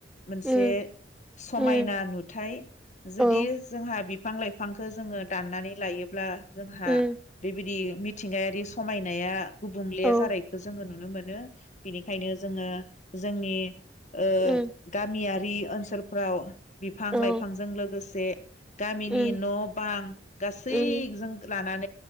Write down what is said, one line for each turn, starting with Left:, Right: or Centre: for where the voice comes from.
Left: मोनसे
Centre: उम
Left: समायना
Centre: उम
Left: नुथाय जुदि
Centre: औ
Left: जोंहा बि बिफां लाइफांखौ जोङो दाननानै लायोब्ला जोंहा
Centre: उम
Left: बेबायदि मिथिंगायारि समायनाया गुबुंले
Centre: औ
Left: जानायखौ जोङो नुनो नुनो मोनो बिनिखायनो जोङो जोंनि ओ
Centre: उम
Left: गामिया रि ओनसोलफ्राव बिफां
Centre: औ
Left: लाइफांजों लोगोसे से गामिनि
Centre: उम
Left: न' बां गासैजों
Centre: उम
Left: लानानै